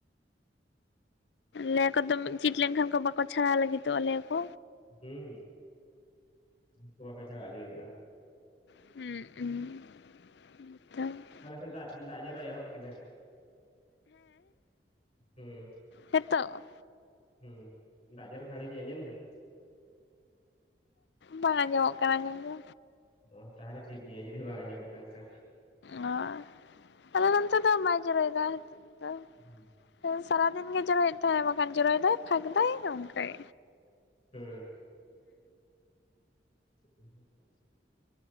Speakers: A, on the left; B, on the left.
A: ᱞᱮᱭᱟ ᱠᱚ ᱫᱚᱢᱮ ᱪᱤᱴ ᱞᱮᱱᱠᱷᱟᱱ ᱠᱚ ᱵᱟᱠᱚ ᱪᱷᱟᱲᱟᱣ ᱞᱟᱹᱜᱤᱫᱚᱜᱼᱟ ᱞᱮᱭᱟ ᱠᱚ᱾
B: ᱦᱩᱸ, ᱩᱱᱠᱩ ᱵᱟᱠᱚ ᱪᱷᱟᱲᱟᱜ ᱞᱟᱹᱜᱤᱫᱚᱜᱼᱟ᱾
A: ᱦᱩᱸ <inaudible> <inaudible>
B: ᱟᱞᱮ ᱥᱮᱫ ᱫᱟᱜ ᱫᱟᱜ ᱡᱚᱨᱚᱭ ᱮᱦᱚᱵ ᱠᱮᱫᱟ, ᱦᱩᱸ᱾
A: ᱦᱮᱛᱳᱜ?
B: ᱦᱩᱸ, ᱫᱟᱜ ᱡᱚᱨ ᱥᱟᱲᱮ ᱵᱤᱧ ᱟᱸᱡᱚᱢ ᱫᱟ?
A: ᱵᱟᱝ ᱟᱸᱡᱚᱢᱚᱜ ᱠᱟᱱᱟ ᱟᱸᱡᱚᱢ ᱫᱚ᱾
B: ᱚ ᱛᱟᱦᱚᱞᱮ ᱴᱷᱤᱠ ᱜᱮᱭᱟ ᱡᱩᱫᱤ ᱵᱟᱝ ᱟᱸᱡᱚᱢᱚᱜ ᱠᱟᱱ ᱠᱷᱟᱱ᱾
A: ᱚ ᱟᱞᱮ ᱫᱚ ᱱᱚᱛᱮ ᱫᱚ ᱵᱟᱭ ᱡᱚᱨᱚᱭ ᱫᱟ ᱦᱤᱛᱳᱜ ᱫᱚ᱾
B: ᱦᱩᱸ᱾
A: ᱦᱮᱸ ᱥᱟᱨᱟᱫᱤᱱ ᱜᱮ ᱡᱚᱨᱚᱭᱮᱫ ᱛᱟᱦᱮᱸᱜ ᱵᱟᱠᱷᱟᱱ ᱡᱚᱨᱚᱭ ᱫᱟᱭ ᱯᱷᱟᱸᱠ ᱫᱟᱭ ᱚᱝᱠᱟᱭ᱾
B: ᱦᱩᱸ᱾ <inaudible>